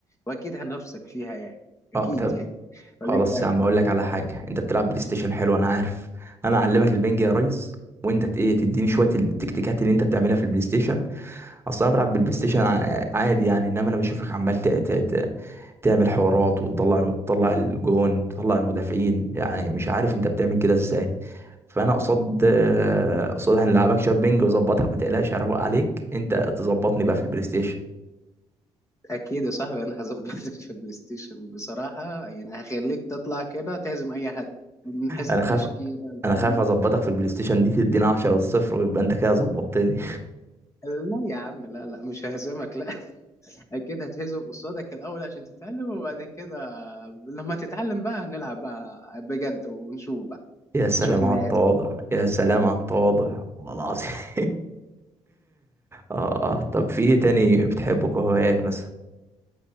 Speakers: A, on the left (about 20°); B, on the right (about 20°).
A: واكيد هنفسك فيها يعني اكيد
B: اه
A: يعني ولا
B: خلاص
A: ايه رايك
B: يا عم اقول لك على حاجه انت بتلعب بلاي ستيشن حلو انا عارف انا اعلمك البنج يا ريس وانت ت- ايه تديني شويه التكتيكات اللي انت بتعملها في البلاي ستيشن اصلا انا بلعب بالبلاي ستيشن ع- عادي يعني انما انا بشوفك عمال ت- ت- ت- تعمل حوارات وتطلع تطلع الجون تطلع المدافعين يعني مش عارف انت بتعمل كده ازاي فانا قصاد آه، قصاد هنلعبك شويه بينج واظبطك ما تقلقش هروق عليك انت تظبطني بقى في البلاي ستيشن
A: اكيد يا صاحبي انا هظبطك <laughs> في البلاي ستيشن بصراحه يعني هخليك تطلع كده تهزم اي حد من حيث
B: انا
A: التشكيله
B: خاف
A: الفريق
B: انا خايف اظبطك في البلاي ستيشن دي تدينا 10 صفر ويبقى انت كده ظبطتني
A: لا يا عم لا لا مش ههزمك لا <laughs> اكيد هتهزم قصادك الاول عشان تتعلم وبعد كده لما تتعلم بقى هنلعب بقى بجد ونشوف بقى
B: يا سلام
A: نشوف مين
B: على
A: هيهزم
B: التواضع
A: مين
B: يا سلام على التواضع والله العظيم <laughs> اه اه طب في ايه تاني بتحبه كهوايات مثلا